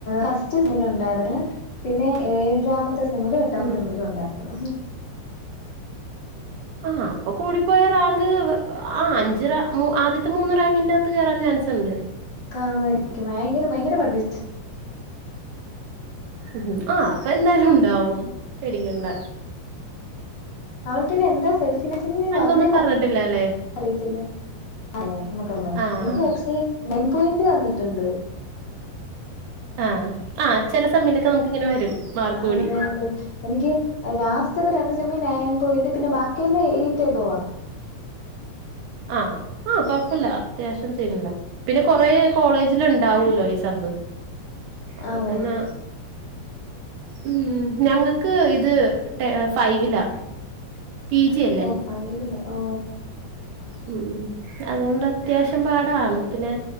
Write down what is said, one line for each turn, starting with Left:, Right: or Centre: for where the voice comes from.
Left: ഫസ്റ്റ് ഉണ്ടായിരുന്നു പിന്നെ ഏഴാമത്തെ ഒന്നിലും എട്ടാമ
Right: ഉം
Left: തെമ്മിലു ഉണ്ടായിരുന്നു.
Right: ആ അപ്പൊ കൂടിപ്പോയ റാങ്ക് ആ അഞ്ച് റാ ആദ്യത്തെ മൂന്ന് റാങ്കിന്റെകത്ത് കേറാൻ ചാൻസ് ഇണ്ട്.
Left: കാണ <unintelligible> ഭയങ്കര ഭയങ്കര പഠ് പിസ്റ്റ
Right: ഉം ആ അപ്പൊ എന്തായാലും ഇണ്ടാവും പെടിക്കെണ്ട.
Left: അവള്ട്ടണെ എന്താ സെൽഫി <unintelligible> ത്തി വന്നേ
Right: ഒന്നും പറഞ്ഞിട്ടില്ല അല്ലേ
Left: അിയത്തില്ല. അതെ നമുക്ക <unintelligible>
Right: ആഹ്
Left: എനിക്ക്പക്ഷേ മയിൻ പോയിന്റ് വന്നിട്ട്ണ്ട്.
Right: ആഹ് ആഹ് ചെല സമയലൊക്കെ നമുക്ക് ഇങ്ങനെ വരും മാർക്ക്
Left: ആഹ്
Right: കൂലി.
Left: എനിക്ക് ലാസ്റ്റ്ത്തെ രണ്ടു സമയം നയൻ പോയെന്റും പിന്നെ ബാക്കിയല്ലാം ഏയ്റ്റാ പോവാ.
Right: ആഹ് ആഹ് കൊഴപ്പില്ല അത്യാവശ്യം സീനില്ല പിന്നെ കൊറേ കോളേജില് ഇണ്ടാവൂല്ലോ ഈ സബ് അപ്പൊ
Left: അതെ
Right: പിന്നെ. ഉം ഞങ്ങക്ക് ഇത് ഫൈവിലാ. പി ജി അല്ലേ
Left: പയന് ഓ
Right: ഉം അതോണ്ട് അത്യാവശ്യം പാടാണ്. പിന്നെ